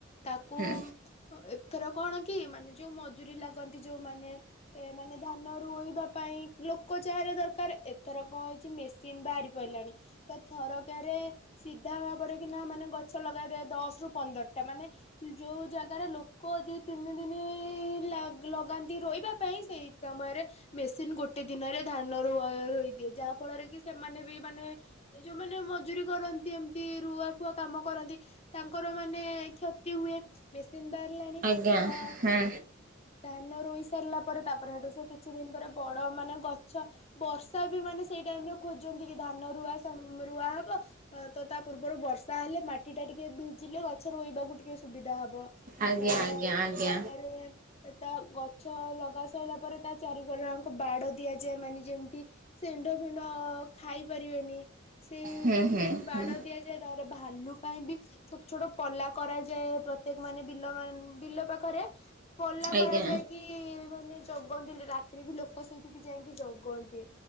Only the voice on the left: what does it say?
ତାକୁ
ଏଥର କଣ କି ମାନେ ଯୋଉ ମଜୁରୀ ଲାଗନ୍ତି ଯୋଉମାନେ ଏଁ ମାନେ ଧାନ ରୋଇବା ପାଇଁ ଲୋକ ଯାହେଲେ ଦରକାର ଏଥର କଣ ହେଇଚି ମେସିନ ବାହାରି ପଡ଼ିଲାଣି ତ ଥରକରେ ସିଧା ଭାବରେ କିନା ମାନେ ଗଛ ଲଗାଇ ଦେବେ ଦଶ ରୁ ପନ୍ଦର ତା ମାନେ ଯୋଉ ଜାଗାରେ ଲୋକ ଦିଇ ତିନି ଦିନ ଲା ଲଗାନ୍ତି ରୋଇବା ପାଇଁ ସେଇ ସମୟରେ ମେସିନ ଗୋଟେ ଦିନରେ ଧାନ ରୁଆ ରୋଇ ଦିଏ ଯାହା ଫଳରେ କି ସେମାନେ ବି ମାନେ ଯୋଉମାନେ ମଜୁରୀ କରନ୍ତି ଏମତି ରୁଆ ଫୁଆ କାମ କରନ୍ତି ତାଙ୍କର ମାନେ କ୍ଷତି ହୁଏ। ବେଶି ମେସିନ୍ ବାହାରିଲାଣି
ତ
ଧାନ ରୋଇଶ୍ ସରିଲା ପରେ ତାପରେ ହେଠୁ ସେ କିଛି ଦିନ ପରେ ବଡ ମାନେ ଗଛ ବର୍ଷା ବି ମାନେ ସେଇ ଟାଇମରେ ଖୋଜନ୍ତି କି ଧାନ ରୁଆ ସମ୍ ରୁଆ ହବ ତ ତା ପୂର୍ବରୁ ବର୍ଷା ହେଲେ ମାଟି ଟା ଟିକେ ଭିଜିଲେ ଗଛ ରୋଇବାକୁ ଟିକେ ସୁବିଧା ହବ।
ତ
ତାପରେ ତା ଗଛ ଲଗା ସରିଲା ପରେ ତା ଚାରିକର ଆଙ୍କ ବାଡ ଦିଆଯାଏ ମାନେ ଯେମିତି ସେଣ୍ଢ ଫେଣ୍ଡ ଖାଇ ପାରିବେନି। ସେଇଥିପାଇଁ
ବାଡ଼ ଦିଆଯାଏ ତାପରେ ଭାଲୁ ପାଇଁ ବି ଛୋଟ ଛୋଟ ପଲା କରାଯାଏ ପ୍ରତ୍ୟେକ ମାନେ ବିଲ ମାନ୍ ବିଲ ପାଖରେ। ପଲ୍ଲା
କରାଯାଇକି ମାନେ ଜଗ୍ କହନ୍ତିନି ରାତିରେ ବି ଲୋକ ସେଇଠି ବି ଯାଇକି ଜଗନ୍ତି।